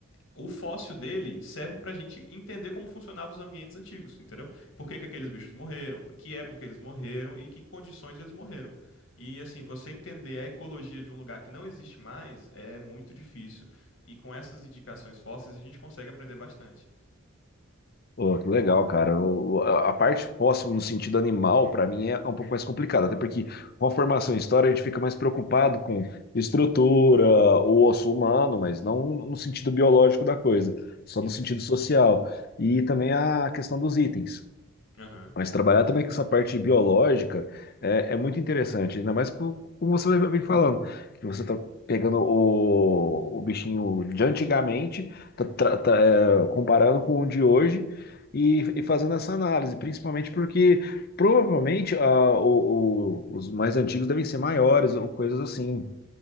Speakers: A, on the left (about 65°); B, on the left (about 45°).
A: o fóssil dele serve pra gente entender como funcionavam os ambientes antigos, entendeu? Por que que aqueles bichos morreram, que época eles morreram e que condições eles morreram. E assim, você entender a ecologia de um lugar que não existe mais é muito difícil. E com essas indicações fósseis a gente consegue aprender bastante.
B: Pô, que legal, cara. O- a a parte fóssil no sentido animal, para mim, é um pouco mais complicada, até porque com a formação em história a gente fica mais preocupado com estrutura, o osso humano, mas não no sentido biológico da coisa, só
A: Sim,
B: no sentido
A: sim.
B: social. E também a questão dos itens.
A: Aham,
B: Mas
A: sim,
B: trabalhar
A: sim.
B: também com essa parte biológica é, é muito interessante, ainda mais co- como você vem falando, que você está pegando o, o bichinho de antigamente, tá, tra- tá, é, comparando com o de hoje e, e fazendo essa análise, principalmente porque provavelmente ah, o- o- os mais antigos devem ser maiores ou coisas assim,